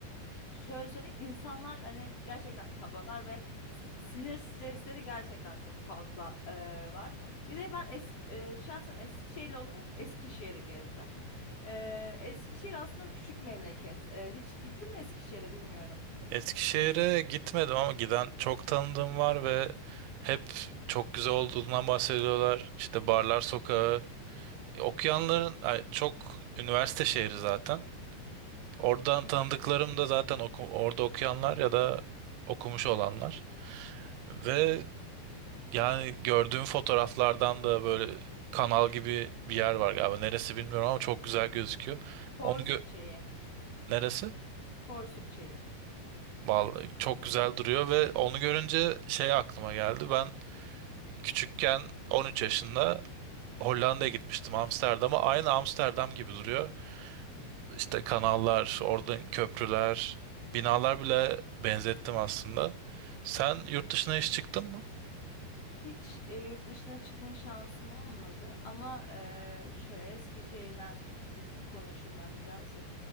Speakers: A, on the left; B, on the right.
A: Şöyle söyleyeyim insanlar hani gerçekten kabalar ve sinir stresleri gerçekten çok fazla e, var. Bir de ben eski, e, şahsen Eskişehirli olarak Eskişehir'i gezdim. E, Eskişehir aslında küçük memleket. E, hiç gittin mi Eskişehir'e bilmiyorum.
B: Eskişehir'e gitmedim ama giden çok tanıdığım var ve hep çok güzel olduğundan bahsediyorlar. İşte Barlar Sokağı, okuyanların ay, çok üniversite şehri zaten. Oradan
A: Hı
B: tanıdıklarım
A: hı.
B: da zaten oku- orada okuyanlar ya da okumuş olanlar. Ve yani gördüğüm fotoğraflardan da böyle kanal gibi bir yer var galiba. Neresi bilmiyorum ama çok güzel gözüküyor.
A: hı hı. Porsuk
B: Onu gö-
A: çayı.
B: neresi?
A: Porsuk çayı.
B: Vallahi çok güzel duruyor ve onu görünce şey aklıma geldi. Ben küçükken 13 yaşında Hollanda'ya gitmiştim Amsterdam'a. Aynı Amsterdam gibi duruyor. işte kanallar, oradan köprüler, binalar bile benzettim aslında. Sen yurt dışına hiç çıktın mı?
A: Hiç e, yurt dışına çıkma şansım olmadı ama e, şöyle Eskişehir'den e, biz konuşayım ben de birazcık.